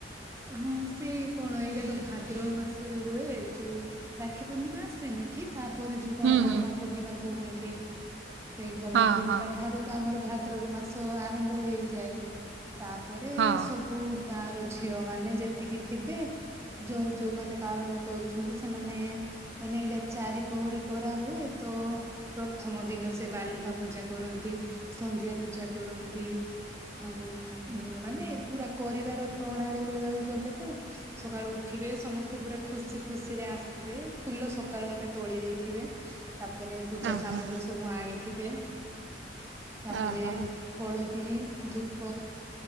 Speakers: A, on the right; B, on the right.
A: ହଁ ସେଇ କଣ ଏଇଟା ତ ଭାଦ୍ରବ ମାସରେ ହୁଏ ଯୋଉ ରାକ୍ଷୀ ପୂର୍ଣ୍ଣିମା ଆସେନି କି ତାପରେ ଯୋଉ କଣ
B: ହୁଁ
A: ଗମା
B: ହୁଁ
A: ପୂର୍ଣ୍ଣିମା କୁହନ୍ତି ସେଇ ଗମା
B: ହଁ
A: ପୂର୍ଣ୍ଣିମା
B: ହଁ
A: ଠାରୁ ତ ଆମର ଭାଦ୍ରବ ମାସ ଆରମ୍ଭ ହେଇଯାଏ । ତାପରେ
B: ହଁ।
A: ସବୁ ଗାଁ ର ଝିଅ ମାନେ ଯେତିକି ଥିବେ, ଯୋଉ ଯୋଉମାନେ ପାଳନ କରୁଛନ୍ତି ସେମାନେ ଉମ ମାନେ ଏଇଟା ଚାରିପହରୀ କରାହୁଏ, ତ ପ୍ରଥମ ଦିନ ସେ ବାଲୁକା ପୂଜା କରନ୍ତି, ସନ୍ଧ୍ୟା ପୂଜା କରନ୍ତି ଆଉ ଉମ ମାନେ ପରିବାର ପ୍ରଣାଳୀ କହିବାକୁ ଗଲେ, ତ ସକାଳୁ ଉଠିବେ ସମସ୍ତେ ପୁରା ଖୁସି ଖୁସିରେ ଆସିବେ ଏ ଫୁଲ ସକାଳୁ ଆ ଏକା ତୋଳି ଦେଇ ଥିବେ ତାପରେ ପୂଜା
B: ଓହୋ
A: ସାମଗ୍ରୀ ସବୁ ଆଣିଥିବେ ତାପରେ
B: ଓହୋ
A: ହଳଦୀ, ଧୂପ